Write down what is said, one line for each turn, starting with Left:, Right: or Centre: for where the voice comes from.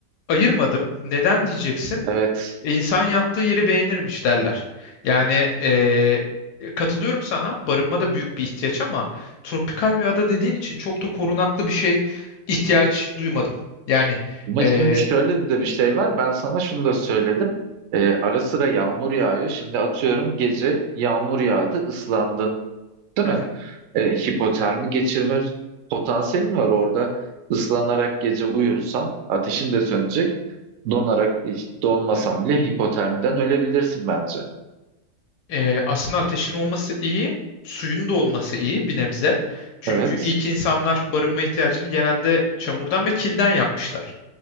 Left: ayırmadım. Neden diyeceksin?
Right: Evet.
Left: İnsan yattığı yeri beğenirmiş derler. Yani eee, katılıyorum sana. Barınma da büyük bir ihtiyaç ama tropikal bir ada dediğin için çok da korunaklı bir şey ihtiyaç duymadım. Yani
Right: Ama
Left: eee,
Right: şimdi şöyle de bir şey var. Ben sana şunu da söyledim. Ee, ara sıra yağmur yağıyor. Şimdi atıyorum gece yağmur yağdı, ıslandın, değil
Left: hı
Right: mi?
Left: hı,
Right: Ee, hipotermi geçirme potansiyelin var orada. Islanarak gece uyursan ateşin de sönecek. Donarak donmasan
Left: hı hı.
Right: bile hipotermiden ölebilirsin bence.
Left: eee, aslında ateşin olması iyi, suyun da olması iyi bir nebze. Çünkü
Right: Evet.
Left: ilk insanlar barınma ihtiyacını genelde çamurdan ve kilden yapmışlar.